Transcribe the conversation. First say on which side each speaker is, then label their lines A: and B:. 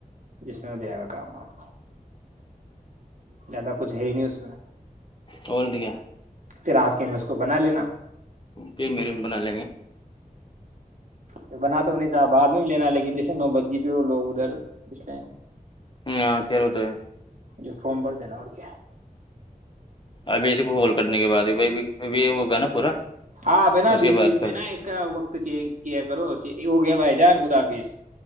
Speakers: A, on the right (about 55°); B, on the left (about 35°).
A: جس میں ہو جائے گ کام آخ زیادہ کچھ ہے ہی نہیں اس میں
B: اورن ٹ کیا
A: پھر آپ کے میں اس کو بنا لینا
B: پل میرری بھی بنا لیں گے
A: ب بنا تو بھی نہیں چاہا بعد میں بھی لینا لیکن جیسے نو بج گی پہ ہو لوگ ادھر پچلے
B: ہ کہ رہ ہو تو ہے
A: یہ فارم بڑ د نا اور کیا
B: ابھی سے کو بول کرنے کے بع ب ابھی یہ ہوگا نا پورا
A: آپ ہے نا
B: اس کے
A: بیچ
B: بعد
A: بیچ میں نا اس کا وقت چینج کیا کرو ہو گے بھائی جان گداپس